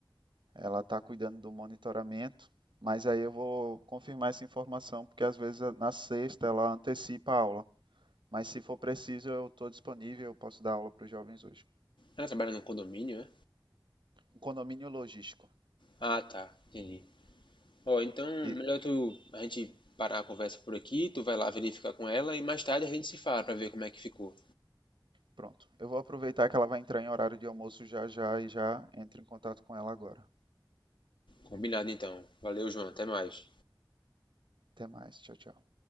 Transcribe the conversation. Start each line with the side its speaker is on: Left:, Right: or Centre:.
Right: Ela está cuidando do monitoramento, mas aí eu vou confirmar essa informação, porque às vezes eh, na sexta ela antecipa a aula. Mas se for preciso, eu estou disponível, eu posso dar aula para os jovens hoje.
Left: Ela trabalha num condomínio, né?
Right: Um Condomínio logístico.
Left: Ah, tá, entendi. Ó, então
Right: E
Left: melhor tu a gente parar a conversa por aqui, tu vai lá verificar com ela e mais tarde a gente se fala pra ver como é que ficou.
Right: pronto. Eu vou aproveitar que ela vai entrar em horário de almoço já já e já entro em contato com ela agora.
Left: Combinado então. Valeu, João, até mais.
Right: Até mais. Tchau, tchau.